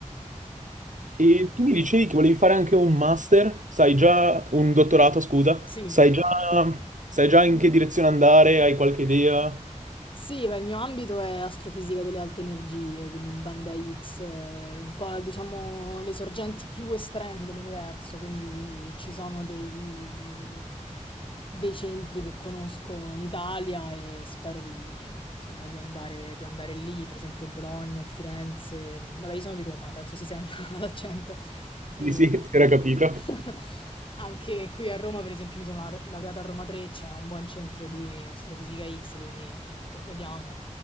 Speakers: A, on the right (about 75°); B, on the left (about 40°).
A: E tu mi dicevi che volevi fare anche un master, sai già, un dottorato, scusa,
B: Sì.
A: sai già, sai già in che direzione andare, hai qualche idea?
B: Sì, beh, il mio ambito è astrofisica delle alte energie, quindi in banda X, eh, un po' diciamo le sorgenti più estreme dell'universo, quindi ci sono dei, dei centri che conosco in Italia e spero di, insomma, di andare, di andare lì, per esempio Bologna o Firenze. Vabbè, io sono di Roma, penso si senta <laughs> dall'accento. E
A: Sì, sì, <laughs> si era capito.
B: <laughs> anche qui a Roma, per esempio, mi sono laure- laureata a Roma 3, c'è un buon centro di Astrofisica X, quindi boh, vediamo,